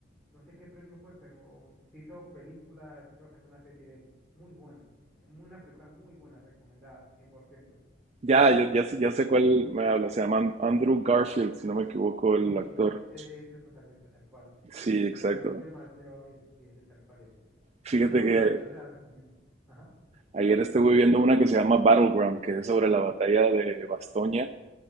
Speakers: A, in the centre; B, on the right.
A: No sé qué premio fue, pero se hizo películas, creo que hasta una serie de él. Muy buena. eh, Muy, una película muy buena, recomendada, 100%.
B: Ya, ya, ya sé, ya sé cuál me habla. Se llama An- Andrew Garfield, si no me equivoco, el
A: Sí,
B: actor.
A: sí, ese es el protagonista, tal cual.
B: Sí, exacto.
A: Lo pronunció demasiado bien, sí, ese tal cual es.
B: Fíjate
A: Y muy buena,
B: que
A: yo se la recomiendo. Ajá,
B: ayer estuve viendo una que se llama Battleground, que es sobre la batalla de Bastoña,